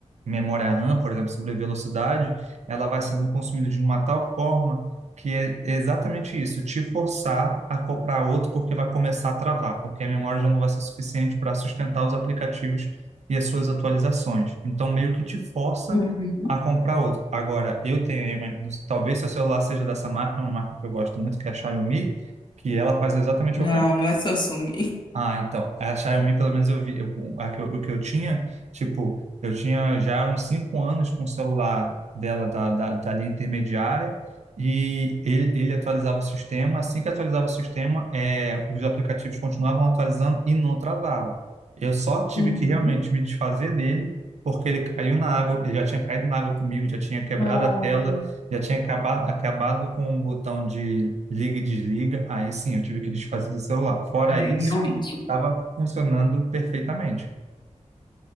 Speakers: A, on the right; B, on the left.
A: memória RAM, por exemplo, sobre velocidade, ela vai sendo consumida de uma tal forma que é exatamente isso, te forçar a comprar outro porque vai começar a travar, porque a memória já não vai ser suficiente para sustentar os aplicativos e as suas atualizações. Então, meio que te força
B: Uhum.
A: a comprar outro. Agora, eu tenho aí, uma- talvez seu celular seja dessa marca, uma marca que eu gosto muito, que é a Xiaomi, que ela faz exatamente
B: Não,
A: o
B: não é Samsung.
A: ah, então, a Xiaomi, pelo menos eu vi, eu, a que eu- o que eu tinha, tipo, eu tinha já uns cinco anos com o celular dela da, da, da linha intermediária e ele, ele atualizava o sistema. Assim que atualizava o sistema, é, os aplicativos continuavam atualizando e não travava. Eu só tive
B: Uhum.
A: que realmente me desfazer dele porque ele caiu na água, ele já tinha caído na água comigo, já tinha quebrado
B: Não.
A: a tela, já tinha acabado, acabado com o botão de liga e desliga. Aí sim, eu tive que desfazer do celular. Fora
B: Ai,
A: isso
B: realmente.
A: estava funcionando perfeitamente.